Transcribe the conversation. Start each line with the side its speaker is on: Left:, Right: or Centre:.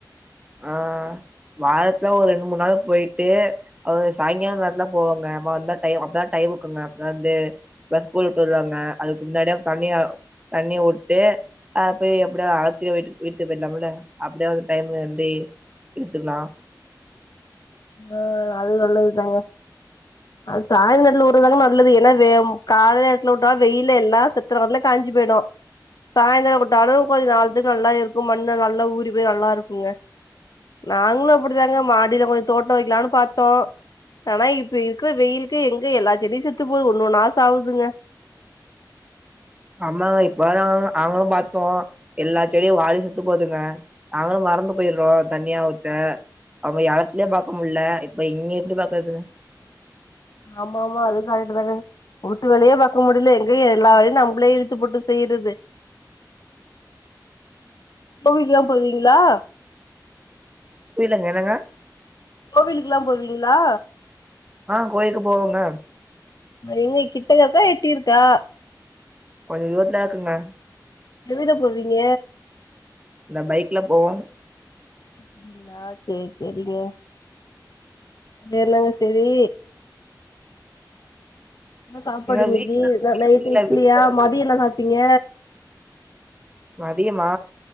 Right: ஆ வாரத்துல ஒரு ரெண்டு மூணு நாள் போயிட்டு அவுங்க சாயங்கால நேரந்தா போவாங்க அதா டைம் அப்பதா டைமுக்குங்க அப்தா வந்து எல்லா ஸ்கூல் விட்டு வருவாங்க அதுக்கு முன்னாடியே தண்ணியா தண்ணி உட்டு அ போய் அப்படியோ அழச்சுட்டு வீட்டு வீட்டுக் போயிடலாம்ல அப்படியாது டைமு அதே எடுத்துக்கலா
Left: ஆ அது நல்லதுதாங்க அது சாயந்தரல உடறதாங்க நல்லது ஏன்னா வேவு கால நேரத்துல உட்டா வெயில எல்லா செத்தத்துரல காஞ்சி போயிடு சாயந்தர உட்டாலு கொஞ்ச நாள்த்துக்கு நல்லா இருக்கு மண்ல நல்லா ஊறி போய் நல்லாருக்குங்க நாங்களு அப்படிதாங்க மாடியில கொஞ்ச தோட்ட வெக்கலானு பாத்தோ ஆனா இப்ப இருக்கிற வெயிலுக்கு எங்க எல்லா செடியு செத்து போது ஒன்னொண்ணா சாகுதுங்க
Right: ஆமாங்க இப்பதா நாங்களு பாத்தோ எல்லா செடியு வாடி செத்து போதுங்க நாங்களு மறந்து போயர்றோ தண்ணியா ஊத்த அவங்க எலத்துலயே பாக்க முடில இப்ப இங்க எப்படி பாக்குறதுங்க
Left: ஆமாமா அதுவு கரெட்டு தாங்க ஊட்டு வேலையே பாக்க முடில எங்க எல்லா வேலையு நம்மளே இழுத்து போட்டு செய்யறது கோவிலுக்கெல்லாம் போவிங்ளா
Right: புரிலங்க என்னங்க
Left: கோவிலுக்கெல்லாம் போவிங்ளா
Right: ஆ கோயிலுக்கு போவங்க
Left: எங்க கிட்ட இருக்கா எட்டி இருக்கா
Right: கொஞ்ச தூரத்துலதா இருக்குங்க
Left: எதுல போவிங்க
Right: இந்த பைக்ல போவோ
Left: அப்டிங்ளா சேரி சேரிங்க தெர்லங்க செரி என்ன சாப்பாடு
Right: எங்க
Left: இன்னிக்கு
Right: வீட்ல
Left: நைட்
Right: வீட்ல
Left: இட்லியா
Right: வீட்ல
Left: மதிய என்ன சாப்டிங்க
Right: மதியமா